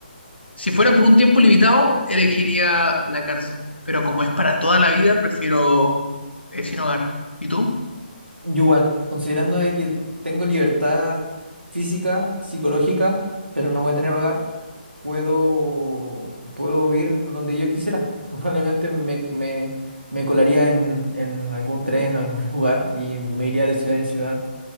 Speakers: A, on the left; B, on the right.
A: Si fuera por un tiempo limitado, elegiría la cárcel, pero como es para toda la vida, prefiero eh, sin hogar. ¿Y tú?
B: Yo igual, considerando de que tengo libertad física, psicológica, pero no voy a tener hogar, puedo, puedo ir donde yo quisiera. <laughs> Probablemente me, me, me colaría en, en algún tren, en algún <laughs> lugar y me iría de ciudad en ciudad.